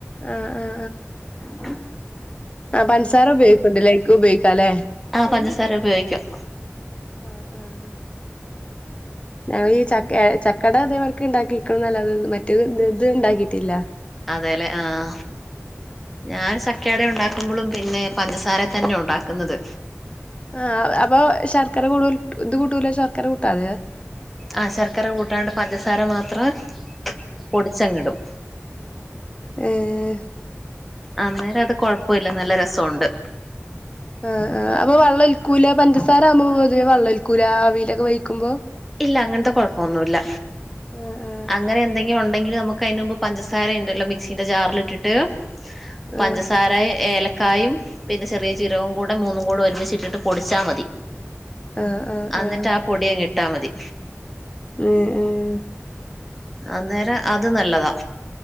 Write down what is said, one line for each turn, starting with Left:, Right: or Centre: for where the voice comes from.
Left: ആഹ ആഹ
Centre: ഉ
Left: ആഹ പഞ്സാര ഉപയോഗിക്കുണ്ട്ലെ ലൈക്ക് ഉപയോഗിക്കാം ല്ലേ,
Centre: ആഹ പഞ്ചസാര ഉപയോഗിക്കാം.
Left: ആഹ ആഹ ഞങ്ങ ഈ ച ചക്കട അതേവർക്ക് ഉണ്ടാക്കിക്കണന്നല്ല മറ്റേ ഇത് ഉണ്ടാക്കിയിട്ടില്ല.
Centre: അതെല്ലേ ആഹ ഞാൻ ചക്ക് ക്കട ഉണ്ടാക്കുമ്പോഴും പിന്നെ പഞ്ചസാര തന്നെ ഉണ്ടാക്കുന്നത്.
Left: ആഹ അപ്പൊ ശർക്കര കൂടു ഇത് കൂട്ടൂല ശർക്കര കൂട്ടാതെ..
Centre: ആഹ ശർക്കര കൂട്ടാണ്ട് പഞ്ചസാര മാത്രം, പൊടിച്ചങ്ങിടും
Left: ഏഹ്
Centre: അന്നേരതൊ.. കൊഴപ്പമില്ല നല്ല രസംഉണ്ട്.
Left: ആഹ് അപ്പൊ വള്ളൽക്കുല പഞ്ചസാര ആകുമ്പോ പൊതുവെ വെള്ളൊൽക്കൂല അവിയയിലൊക്കെ വഴിക്കുമ്പോ,
Centre: ഇല്ല അങ്ങനത്തെ കുഴപ്പൊന്നുവില്ല
Left: ആഹ്
Centre: അങ്ങനെ എന്തെങ്കിലും ഉണ്ടെങ്കിൽ നമുക്ക് അതിന് മുമ്പ് പഞ്ചസാര ഉണ്ടല്ലോ മിക്സിന്റെ ജാറിലിട്ടിട്ട് പഞ്ചസാര
Left: ആഹ്
Centre: ഏലക്കായും പിന്നെ ചെറിയ ജീരകവും കൂടെ മൂന്നും കൂടെ ഒരുമിച്ചിട്ടിട്ട് പൊടിച്ചാ മതി
Left: ആഹ് ആഹ്
Centre: അന്നിട്ടാപൊടിയങ്ങിട്ടാ
Left: ആഹ് ആഹ്
Centre: മതി
Left: ഉം ഉം
Centre: അന്നേര അത് നല്ലതാ